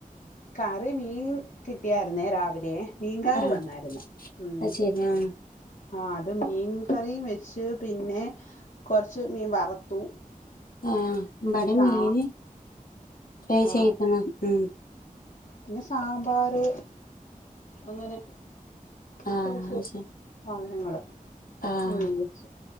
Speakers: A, on the left; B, on the left.
A: കറി മീൻ കിട്ടിയായിരുന്നേ രാവിലെയേ മീൻകാര്
B: ആഹ്
A: വന്നായിരുന്ന് ഉം
B: അത് ശരി ആഹ്
A: ആ അത് മീൻ കറിയും വെച്ച് പിന്നെ കൊറച്ച് മീൻ വറുത്തു.
B: ആഹ് ഇവിടെയും
A: പിന്നെ സാ
B: മീന് ഫ്രൈ
A: ആ
B: ചെയ്ക്കുന്നു ഉം
A: പിന്നെ സാമ്പാറ് അങ്ങനെ
B: ആഹ്
A: കുറച്ച്
B: അത് ശരി
A: ആ ഞങ്ങള്
B: ആഹ്
A: ഉം വെച്ച്